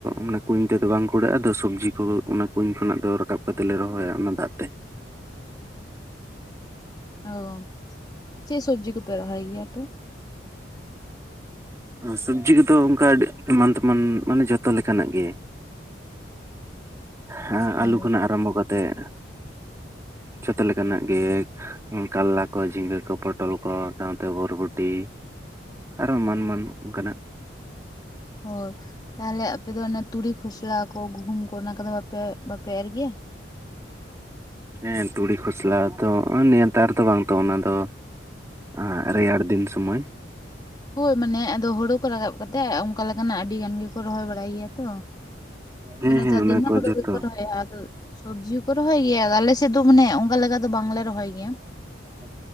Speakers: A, on the right; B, on the left.
A: ᱚᱱᱟ ᱠᱩᱧ ᱛᱮ ᱫᱚ ᱵᱟᱝ ᱠᱩᱲᱟᱹᱜᱼᱟ ᱛᱚ ᱥᱚᱵᱽᱡᱤ ᱠᱚ ᱚᱱᱟ ᱠᱩᱧ ᱠᱷᱚᱱᱟᱜ ᱫᱚ ᱨᱟᱠᱟᱵᱼᱼ ᱠᱟᱛᱮᱞ ᱞᱮ ᱨᱚᱦᱚᱭᱹᱟ ᱚᱱᱟ ᱫᱟᱜ ᱛᱮ᱾
B: ᱚ ᱪᱮᱫ ᱥᱚᱵᱽᱡᱤ ᱠᱚᱯᱮ ᱨᱚᱦᱚᱭ ᱜᱮ ᱯᱮ?
A: ᱥᱚᱵᱽᱡᱤ ᱠᱚᱫᱚ ᱚᱱᱠᱟ ᱮᱢᱟᱱ ᱛᱮᱢᱟᱱ ᱢᱟᱱᱮ ᱡᱚᱛᱚ ᱞᱮᱠᱟᱱᱟᱜ ᱜᱮ᱾ ᱦᱮᱸ ᱟᱞᱩ
B: ᱚ
A: ᱠᱷᱚᱱᱟᱜ ᱟᱨᱟᱢᱵᱷᱚ ᱠᱟᱛᱮᱫᱼᱼ ᱡᱚᱛᱚ ᱞᱮᱠᱟᱱᱟᱸᱜ ᱜᱮ᱾ ᱠᱟᱨᱞᱟ ᱠᱚ ᱡᱷᱤᱸᱜᱟ ᱠᱚ ᱯᱚᱴᱚᱞ ᱠᱚ ᱥᱟᱶᱛᱮ ᱵᱚᱨᱵᱷᱴᱤ᱾ ᱟᱨᱚ ᱮᱢᱟᱱ ᱮᱢᱟᱱ ᱚᱱᱠᱟᱱᱟᱜ᱾
B: ᱚ ᱛᱟᱦᱚᱞᱮ ᱟᱯᱮ ᱫᱚ ᱚᱱᱟ ᱛᱩᱲᱤ ᱠᱷᱚᱥᱞᱟ ᱠᱚ ᱜᱩᱦᱩᱢ ᱠᱚ ᱚᱱᱟ ᱠᱚᱫᱚ ᱵᱟᱯᱮ ᱵᱟᱯᱮ ᱮᱨ ᱜᱮᱭᱟ?
A: ᱦᱮᱸ ᱛᱩᱲᱤ ᱠᱷᱚᱥᱞᱟ ᱫᱚ ᱱᱮᱛᱟᱨ ᱫᱚ ᱵᱟᱝ ᱛᱚ ᱚᱱᱟ ᱫᱚᱼᱼ ᱦᱚ ᱨᱮᱭᱟᱲ ᱫᱤᱱ ᱥᱚᱢᱚᱭ᱾
B: ᱦᱳᱸᱭ ᱢᱟᱱᱮ ᱟᱫᱚ ᱦᱩᱲᱩ ᱠᱚ ᱨᱟᱠᱟᱵ ᱠᱟᱛᱮᱜ ᱚᱱᱠᱟ ᱞᱮᱠᱟᱱᱟᱜ ᱟᱹᱰᱤ ᱜᱟᱱ ᱜᱮᱠᱚ ᱨᱚᱦᱚᱭ ᱵᱟᱲᱟᱭ ᱜᱮᱭᱟ ᱛᱚᱼᱼ
A: ᱦᱮᱸ
B: ᱚᱱᱟ
A: ᱦᱮᱸ
B: ᱡᱟᱫᱤᱱ ᱢᱟ
A: ᱠᱚ
B: ᱦᱩᱲᱩ
A: ᱡᱚᱛᱚ
B: ᱜᱮᱠᱚ ᱨᱚᱦᱚᱭᱼᱟᱫᱚ᱾ ᱥᱚᱵᱽᱡᱤ ᱠᱚ ᱨᱚᱦᱚᱭ ᱜᱮᱭᱟ ᱟᱞᱮᱥᱮᱫ ᱫᱚ ᱢᱟᱱᱮ ᱚᱱᱠᱟ ᱞᱮᱠᱟ ᱫᱚ ᱵᱟᱝᱞᱮ ᱨᱚᱦᱚᱭ ᱜᱮᱭᱟ᱾
A: ᱚ